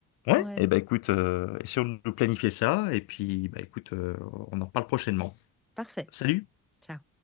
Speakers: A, on the left; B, in the centre.
A: Ouais,
B: Ouais,
A: et ben écoute, euh, essayons de planifier ça, et puis bah écoute, euh, on en parle prochainement.
B: parfait.
A: Salut!
B: Ciao.